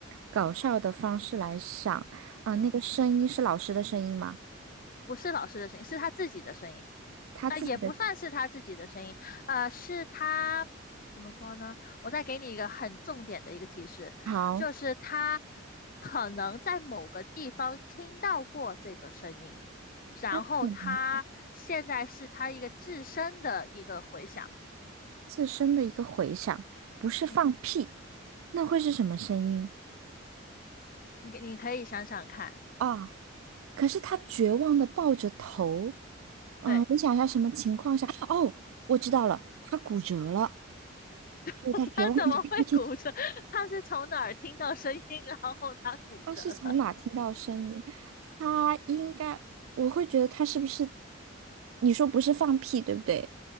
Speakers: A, on the right; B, on the left.
A: 搞笑的方式来想啊、
B: 嗯，
A: 那个声音是老师的声音吗？
B: 不是老师的声音，是他自己的声音。
A: 他自己的
B: 啊，也不算是他自己的声音，呃，是他怎么说呢？我再给你一个很重点的一个提示，
A: 好，
B: 就是他可能在某个地方听到过这个声音，然后他现在是他一个自身的一个回响。
A: 他可能自身的一个回响，不是放屁，
B: 嗯，
A: 那会是什么声音？
B: 你可你可以想想看，
A: 啊、可是他绝望的抱着头。嗯，
B: 对，
A: 我想一下什么情况下？哦，我知道了，他骨折了，
B: <laughs>
A: 所以他绝望地看着你
B: 他怎么会骨折？他是从哪儿听到声音，然后他骨折了？
A: 他是从哪听到声音？他应该，我会觉得他是不是？你说不是放屁，对不对？